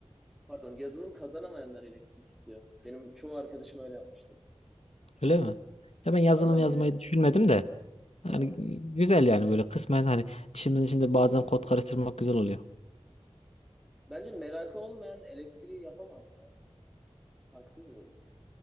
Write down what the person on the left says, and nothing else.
Öyle mi? Ya ben yazılım
yazmayı düşünmedim de.
Yani güzel yani böyle kısmen hani işimizin içinde bazen kod karıştırmak güzel oluyor.